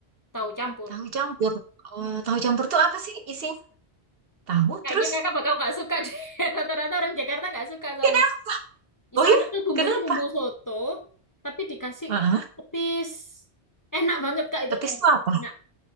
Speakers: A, on the left; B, on the right.
A: Tahu campur.
B: tahu campur. Oh,
A: Hmm.
B: tahu campur tuh apa sih isinya? Tahu
A: Kayaknya
B: terus
A: kakak bakal gak suka deh. <laughs> Rata-rata orang Jakarta gak suka soalnya.
B: kenapa?
A: Misalnya
B: Oh ya,
A: tuh bumbunya
B: kenapa?
A: bumbu soto, tapi dikasih
B: Heeh.
A: petis. Enak banget Kak itu
B: Petis
A: enak.
B: tuh apa?